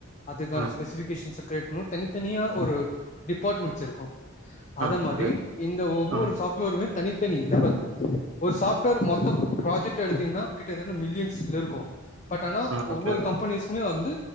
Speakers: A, on the left (about 35°); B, on the right (about 75°).
A: அதுக்கான
B: ம்
A: ஸ்பெசிபிகேஷன்ஸ கிரியேட் பண்ணணு தனித்தனியா ஒரு டிப்பார்ட்மெண்ட்ஸ் இருக்கு அத
B: ம்
A: மாரி
B: ஓகே
A: இந்த ஒவ்வொரு
B: ம்
A: சாஃப்ட்வேருமே தனித்தனி லெவல் ஒரு சாஃப்ட்வேர் மொத்த ப்ராஜெட் எடுத்திங்கனா கிட்டத்த மில்லியன்ஸ் இருக்கோ பட் ஆனா
B: ம்
A: ஒவ்வொரு
B: ஓகே
A: கம்பெனிஸ்மே வந்து